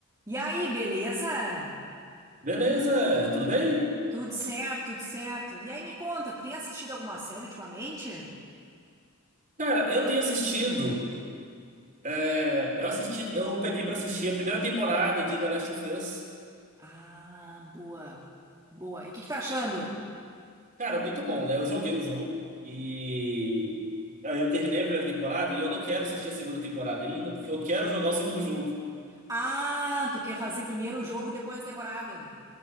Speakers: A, on the right; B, on the right.
A: E aí, beleza?
B: Beleza, tudo bem?
A: Tudo certo, tudo certo. E aí, me conta, tu tem assistido alguma série ultimamente?
B: Cara, eu tenho assistido. é, eu assisti, eu peguei pra assistir a primeira temporada de The Last of Us.
A: Ah, boa. Boa. E o que que tá achando?
B: Cara, muito bom, né? Eu joguei o jogo e aí eu terminei a primeira temporada e eu não quero assistir a segunda temporada ainda, porque eu quero jogar o segundo jogo.
A: Ah, tu quer fazer primeiro o jogo, depois a temporada.